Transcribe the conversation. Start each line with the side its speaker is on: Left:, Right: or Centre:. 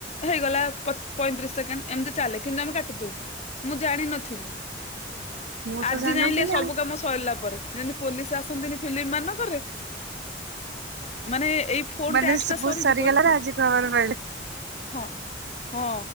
Left: ହେଇଗଲା ପଇଁତିରିଶ ସେକଣ୍ଡ ଏମିତି ଚାଲେ କିନ୍ତୁ ଆମେ କା ଟି <unintelligible> ମୁଁ ଜାଣିନଥିଲି
Right: ମୁଁ
Left: ଆଜି
Right: ତ ଜାଣିନଥିଲି
Left: ଯାଇଁଲେି ସବୁ
Right: ଆଉ
Left: କାମ ସରିଲା ପରେ ଯେମତି ପୋଲିସ ଆସନ୍ତିନି ଫିଲ୍ମ ମାନଙ୍କରେ ମାନେ ଏଇ ଫୋନ୍
Right: ମାନେ
Left: ଟ୍ୟାକ୍ସ
Right: ସବୁ
Left: ଟା ସରିଯିବ
Right: ସରିଗଲାରେ
Left: ନା।
Right: ଆଜି ଖବର ପାଇଲେ
Left: ହଁ, ହଁ,